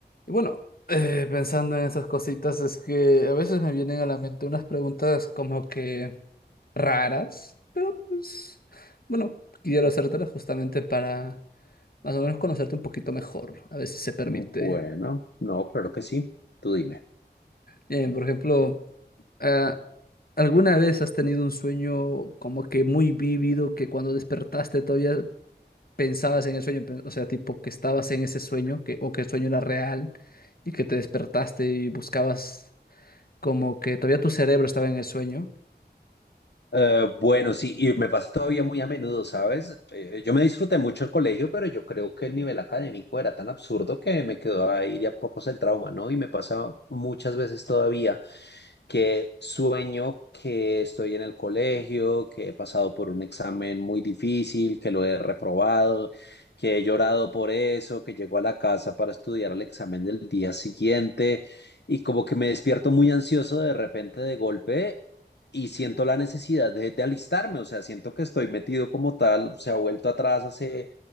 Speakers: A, on the left; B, on the left.
A: Y bueno, eh, pensando en esas cositas, es que a veces me vienen a la mente unas preguntas como que raras, pero pues, bueno, quiero hacértelas justamente para más o menos conocerte un poquito mejor, a ver si se permite.
B: Bueno, no, claro que sí. Tú dime.
A: Eh, por ejemplo, ah, ¿alguna vez has tenido un sueño como que muy vívido que cuando despertaste todavía pensabas en el sueño? Pe- O sea, tipo que estabas en ese sueño que, o que el sueño era real y que te despertaste y buscabas como que todavía tu cerebro estaba en el sueño.
B: Eh, bueno, sí, y me pasa todavía muy a menudo, ¿sabes? Eh, yo me disfruté mucho el colegio, pero yo creo que el nivel académico era tan absurdo que me quedó ahí de a pocos el trauma, ¿no? Y me pasa muchas veces todavía que sueño que estoy en el colegio, que he pasado por un examen muy difícil, que lo he reprobado, que he llorado por eso, que llego a la casa para estudiar el examen del día siguiente y como que me despierto muy ansioso de repente de golpe y siento la necesidad de, de alistarme, o sea, siento que estoy metido como tal, se ha vuelto atrás hace,